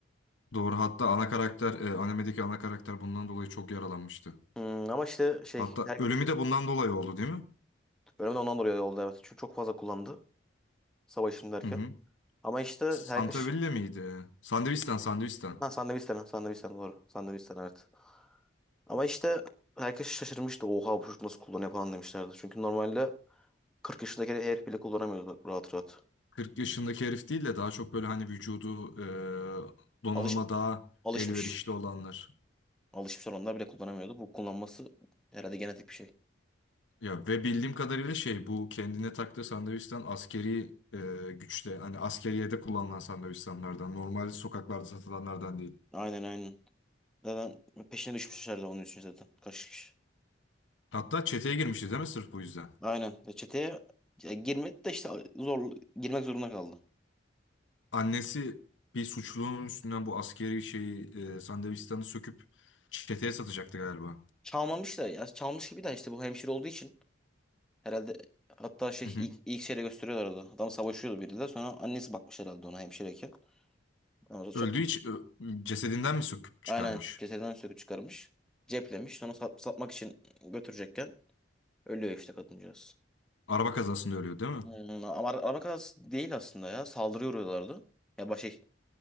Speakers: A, on the left; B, in the centre.
A: Doğru hatta ana karakter e, animedeki ana karakter bundan dolayı çok yaralanmıştı.
B: Hmm, ama işte şey
A: Hatta
B: her
A: ölümü de bundan dolayı oldu değil mi?
B: bölümde ondan dolayı oldu evet. Çünkü çok fazla kullandı savaşın derken.
A: Hı hı.
B: Ama işte
A: Santa
B: herkes...
A: Villa miydi? Sandevistan, Sandevistan.
B: Ha Sandviçten, Sandviçten doğru. Sandviçten evet. Ama işte herkes şaşırmıştı. Oha bu çocuk nasıl kullanıyor falan demişlerdi. Çünkü normalde 40 yaşındaki herif bile kullanamıyordu rahat rahat.
A: 40 yaşındaki herif değil de daha çok böyle hani vücudu e, donanıma
B: Alış,
A: daha
B: alışmış.
A: elverişli olanlar.
B: alışmış onlar bile kullanamıyordu. Bu kullanması herhalde genetik bir şey.
A: Ya ve bildiğim kadarıyla şey bu kendine taktığı Sandevistan askeri e, güçte hani askeriyede kullanılan Sandevistanlardan normal sokaklarda satılanlardan değil.
B: Aynen aynen. Zaten peşine düşmüşlerdi onun için zaten. Kaç kişi.
A: Hatta çeteye girmişti değil mi sırf bu yüzden?
B: Aynen. Ya Çeteye ya girmedi de işte zor girmek zorunda kaldı.
A: Annesi bir suçlunun üstünden bu askeri şeyi e, Sandevistan'ı söküp çeteye satacaktı galiba.
B: Çalmamış da ya çalmış gibi de işte bu hemşire olduğu için herhalde hatta şey
A: <laughs>
B: ilk, ilk şeyle gösteriyorlardı. Adam savaşıyordu biriyle sonra annesi bakmış herhalde ona hemşireyken. Ama
A: Öldüğü için ö- cesedinden mi söküp çıkarmış?
B: Aynen cesedden söküp çıkarmış. Ceplemiş. Sonra sat- satmak için götürecekken ölüyor işte kadıncağız.
A: Araba kazasında ölüyor değil mi?
B: Hmm, ama ara- araba kazası değil aslında ya. Saldırıya uğruyorlardı. Ya baş şey,